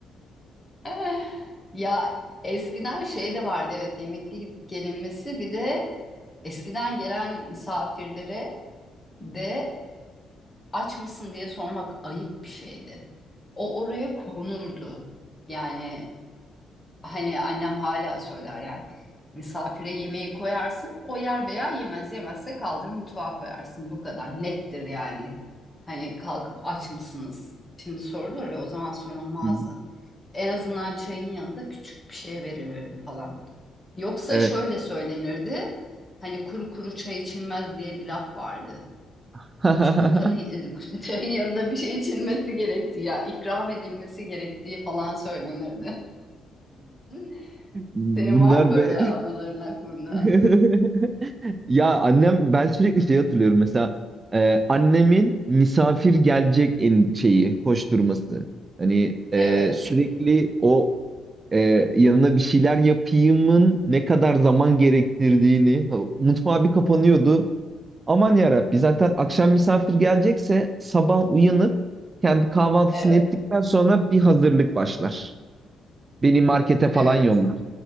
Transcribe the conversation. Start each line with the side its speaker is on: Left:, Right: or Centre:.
Left: <laughs> Ya eskiden şey de vardı evet yemekli gidip gelinmesi bir de eskiden gelen misafirlere de aç mısın diye sormak ayıp bir şeydi. O oraya konurdu. Yani Hani annem hala söyler yani. Misafire yemeği koyarsın, o yer veya yemez. Yemezse kaldırır mutfağa koyarsın. Bu kadar nettir yani. Hani kalkıp aç mısınız? Şimdi sorulur ya o zaman sorulmazdı.
Right: <laughs>
Left: En azından çayın yanında küçük bir şey verilirdi falan. Yoksa
Right: Evet.
Left: şöyle söylenirdi. Hani kuru kuru çay içilmez diye bir laf vardı.
Right: <laughs>
Left: Çünkü kanın <laughs> çayın yanında bir şey içilmesi gerektiği ya ikram edilmesi gerektiği falan söylenirdi. <laughs>
Right: Bunlar
Left: Senin var mı böyle
Right: be.
Left: anıların aklında?
Right: <laughs> Ya annem ben sürekli şey hatırlıyorum mesela e, annemin misafir gelecek en şeyi koşturması. Hani e,
Left: Evet,
Right: sürekli o e, yanına bir şeyler yapayımın ne kadar zaman gerektirdiğini ha, mutfağa bir kapanıyordu. Aman ya Rabbi zaten akşam misafir gelecekse sabah uyanıp kendi kahvaltısını
Left: evet,
Right: ettikten sonra bir hazırlık başlar. Beni markete falan
Left: evet.
Right: yollar.